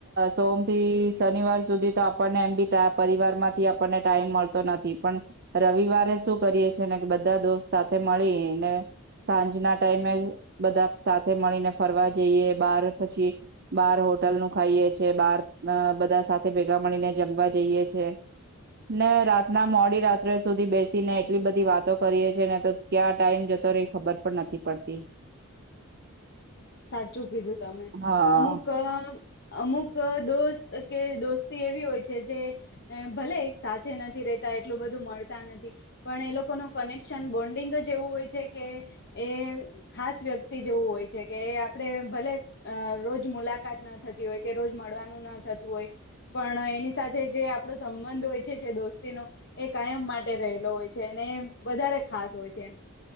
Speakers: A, on the right (about 45°); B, on the left (about 50°).
A: સોમ થી શનિવાર સુધી તો આપણને એમ બી પરિવાર માંથી આપણને ટાઈમ મળતો નથી પણ રવિવારે શું કરીએ છે ને બધા દોસ્ત સાથે મળી ને સાંજના ટાઈમે બધા સાથે મળીને ફરવા જઈએ બાર પછી બહાર હોટલ નું ખાઈએ છ છે. બાર અહ બધા સાથે ભેગા મળીને જમવા જઈએ છે. ને રાતના મોડી રાત્રે સુધી બેસીને એટલી બધી વાતો કરીએ છીએ ને તો ક્યાં ટાઈમ જતો રે એ ખબર પણ નથી પડતી.
B: સાચું કીધું તમે.
A: હા.
B: અમુક અહ અમુક અહ દોસ્ત કે દોસ્તી એવી હોય છે જે ભલે એક સાથે નથી રેતા એટલું બધું મળતા નથી પણ એ લોકોનું કનેક્શન બોન્ડિંગ જ એવું હોય છે કે એ ખાસ વ્યક્તિ જેવું હોય છે. કે આપણે ભલે અહ રોજ મુલાકાત ન થતી હોય, કે રોજ મળવાનું ના થતું હોય, પણ એની સાથે જે આપણો સંબંધ હોય છે જે દોસ્તીનો એ કાયમ માટે રહેલો હોય છે. અને વધારે ખાસ હોય છે એમ.